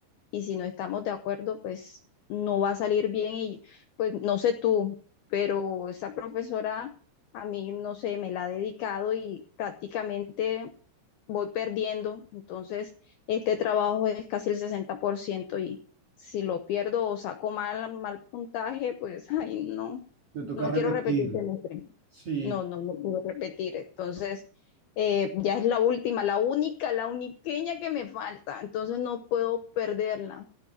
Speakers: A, on the left; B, on the right.
A: y si no estamos de acuerdo, pues, no va a salir bien y, pues, no sé tú, pero esa profesora a mí, no sé, me la ha dedicado y prácticamente voy perdiendo. Entonces, este trabajo es casi el 60% y si lo pierdo o saco mal, mal puntaje, pues, <laughs> ay, no,
B: Te toca
A: no
B: repetir.
A: quiero repetir semestre.
B: Sí,
A: No, no, no puedo repetir. Entonces, eh, ya es la última, la única, la uniqueña que me falta. Entonces, no puedo perderla.